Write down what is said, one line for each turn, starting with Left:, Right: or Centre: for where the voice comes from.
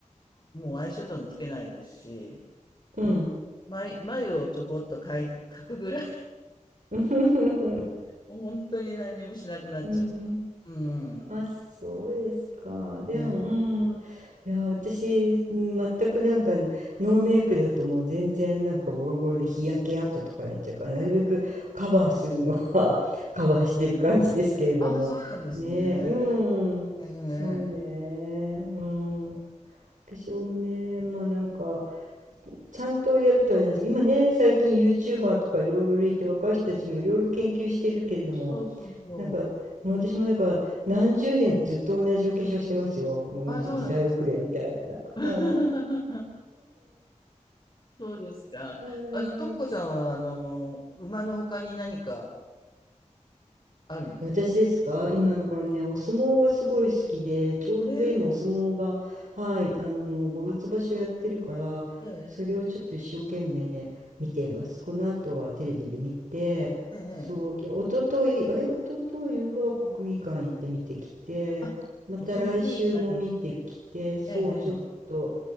Left: もうアイシャドウもつけないですし、
Right: うん。
Left: 眉、眉をちょこっと描い、描くぐらい
Right: <laughs>
Left: 本当に何にもしなくなっちゃった。
Right: うん。
Left: うん。
Right: あ、そうですか。でも、
Left: ええ。
Right: うん。いや、私、全くなんか、ノーメイクだともう全然なんかボロボロで日焼け跡とかになっちゃうから、なるべくカバーするのは <laughs> カバーしてる感じですけれども。
Left: ああ、そうなんですね。
Right: ね、うん。
Left: ええええ。
Right: そうね。うん。化粧もね、まあなんか、ちゃんとやるとは言わないですけど、今ね、最近 YouTuber とかいろいろいて、若い人たちもいろいろ研究してるけれども、
Left: そうそうそう。
Right: なんか、もう私もだから何十年ずっと同じお化粧してますよ。もう時代遅れみたいな。
Left: ああ、そうなんですか。<laughs>
Right: はい。
Left: そうですか。
Right: うん。
Left: あの、ともこさんは、あの、馬の他に何かあるんですか？
Right: 私ですか今だからね、お相撲がすごい好きで、ちょうど今お相撲が、
Left: ええ、
Right: はい、あの、5月場所やってるから、
Left: ええ
Right: それをちょっと一生懸命見ています。この後はテレビで見て、
Left: ええええ。
Right: そう、きおととい、あれ、一昨日は国技館行って見てきて、
Left: あ、
Right: また来週も見てきて、
Left: お相撲に行ったんですね。
Right: そう、
Left: ええ
Right: ちょっと、